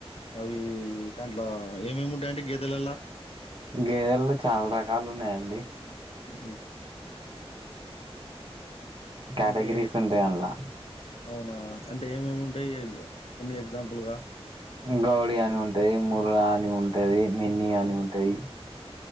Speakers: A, on the left; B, on the right.
A: అవి దాంట్ల ఏమేమి ఉంటయండి గేదెలల్లా?
B: గేదెలల్ల చాలా రకాలు ఉన్నయండి.
A: ఉహ్
B: కేటగిరీస్
A: అంటే
B: ఉంటాయి అందులా
A: అవునా అంటే ఏమేమేం ఉంటయి కొన్ని ఎగ్జాంపుల్గా
B: గౌడి అని ఉంటయి, ముర్ర అని ఉంటది, మిన్ని అని ఉంటయి.